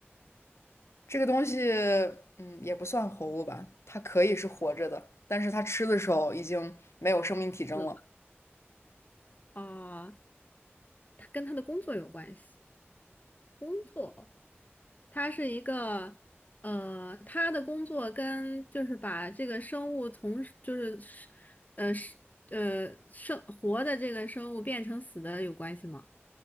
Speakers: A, on the left; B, on the left.
A: 这个东西，嗯，也不算活物吧，它可以是活着的，但是它吃的时候已经没有生命体征了，
B: 死了啊，呃它跟它的工作有关系。工作，它是一个，呃，它的工作跟就是把这个生物从就是呃是呃生活的这个生物变成死的有关系吗？